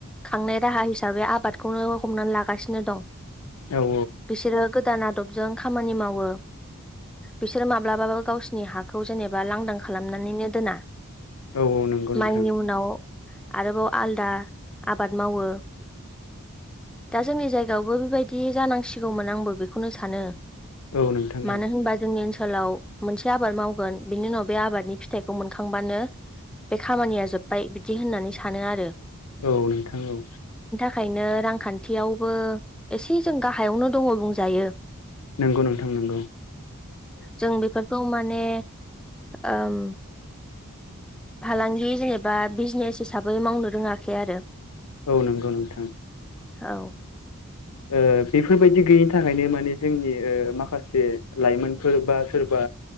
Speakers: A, in the centre; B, on the left.
A: खांनाय राहा हिसाबै आबादखौनो हमनानै लागासिनो दं
B: औ
A: बिसोरो गोदान आदबजों खामानि मावो बिसोर माब्लाबाबो गावसिोरनि हाखौ जेनेबा लांदां खालामनानैनो दोना
B: औ नंगौ नोंथां
A: माइनि उनाव आरोबाव आलदा आबाद मावो दा जोंनि जायगायावबो बेबायदि जानांसिगौमोन आंबो बेखौनो सानो
B: औ नोंथां
A: मानो होनबा जोंनि ओनसो सोलाव मोनसे आबाद मावगोन बेनि उनाव बे आबादनि फिथाइखौ मोनखांबानो बे खामानिया जोब्बाय बिदि होननानै सानो आरो
B: औ नोंथां औ
A: खायनो रांखान्थियावबो एसे जों गाहायावनो दङ बुंजायो
B: नंगौ नोंथां नंगौ
A: जों बेफोरखौ माने ओम फालांगि जेनेब बा बिजनेस हिसाबै मावनो रोङाखै आरो
B: औ नंगौ नोंथां
A: औ
B: ओ बेफोरबायदि गैयैनि थाखायनो माने जोंनि ओ माखासे लाइमोनफोर बा सोरबा